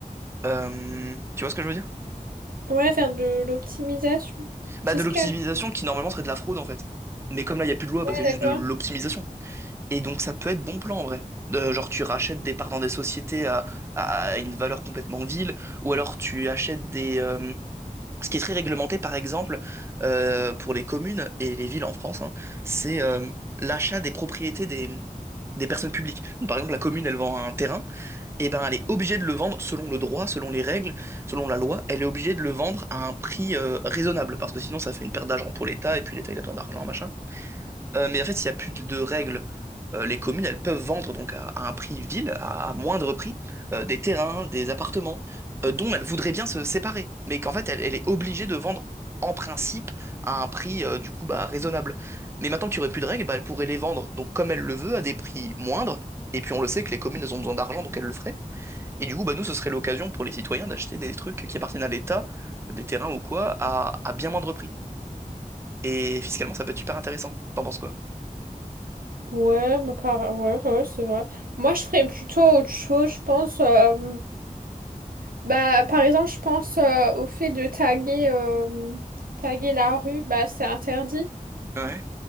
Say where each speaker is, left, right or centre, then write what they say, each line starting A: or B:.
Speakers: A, on the right (about 20°); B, on the right (about 80°).
A: Euh, tu vois ce que je veux dire?
B: Ouais, faire de l'optimisation
A: Bah,
B: fiscale.
A: de l'optimisation qui normalement serait de la fraude en fait. Mais comme là, il n'y a plus de loi,
B: Ouais,
A: bah, c'est juste
B: d'accord.
A: de l'optimisation. Et donc, ça peut être bon plan en vrai. Euh, genre, tu rachètes des parts dans des sociétés à, à une valeur complètement vile, ou alors tu achètes des. euh, Ce qui est très réglementé, par exemple, euh, pour les communes et les villes en France, hein, c'est euh, l'achat des propriétés des, des personnes publiques. Donc, par exemple, la commune, elle vend un terrain, eh ben, elle est obligée de le vendre selon le droit, selon les règles, selon la loi. Elle est obligée de le vendre à un prix euh, raisonnable parce que sinon ça fait une perte d'argent pour l'État et puis l'État il a besoin d'argent, machin. Euh, mais en fait, s'il n'y a plus de, de règles, euh, les communes elles peuvent vendre donc à, à un prix ville, à, à moindre prix, euh, des terrains, des appartements euh, dont elles voudraient bien se séparer, mais qu'en fait elle, elle est obligée de vendre en principe à un prix euh, du coup bah, raisonnable. Mais maintenant qu'il n'y aurait plus de règles, bah, elle pourrait les vendre donc comme elle le veut à des prix moindres. Et puis on le sait que les communes elles ont besoin d'argent donc elles le feraient. Et du coup, bah, nous, ce serait l'occasion pour les citoyens d'acheter des trucs qui appartiennent à l'État, des terrains ou quoi, à, à bien moindre prix. Et fiscalement, ça peut être super intéressant. T'en penses quoi?
B: Ouais, bah, par... ouais, ouais, c'est vrai. Moi, je ferais plutôt autre chose, je pense. euh, Bah, par exemple, je pense euh, au fait de taguer, euh, taguer la rue, bah, c'est interdit.
A: Ouais.